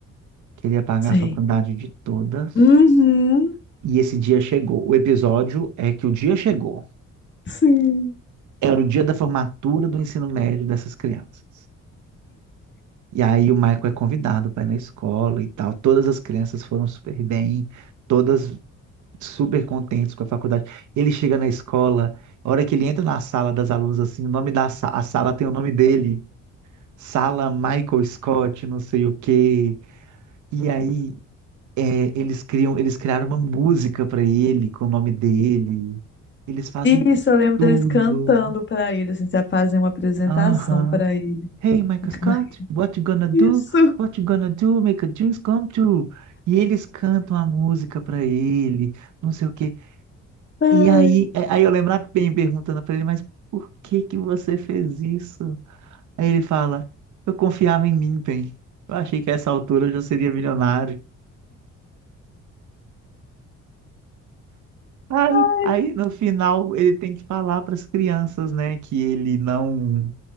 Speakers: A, on the right; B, on the left.
A: que ele ia pagar
B: sei.
A: a faculdade de todas.
B: Uhum,
A: E esse dia chegou. O episódio é que o dia chegou.
B: sim.
A: Era o dia da formatura do ensino médio dessas crianças. E aí o Michael é convidado para ir na escola e tal. Todas as crianças foram super bem, todas super contentes com a faculdade. Ele chega na escola, a hora que ele entra na sala das alunas, assim, o nome da sa- a sala tem o nome dele. Sala Michael Scott, não sei o quê. E aí é, eles criam, eles criaram uma música para ele com o nome dele. Eles fazem
B: Isso, eu lembro
A: tudo.
B: deles cantando pra ele, assim, já fazem uma apresentação
A: Aham.
B: pra ele.
A: Hey, Michael
B: <laughs>
A: Scott, what you gonna do?
B: Isso.
A: What you gonna do? Make a dreams come true. E eles cantam a música pra ele, não sei o quê.
B: Ai,
A: E aí, é- aí eu lembro a Pen perguntando pra ele, mas por que que você fez isso? Aí ele fala, eu confiava em mim, Pen. Eu achei que a essa altura eu já seria milionário. Aí,
B: ai.
A: aí no final ele tem que falar para as crianças, né, que ele não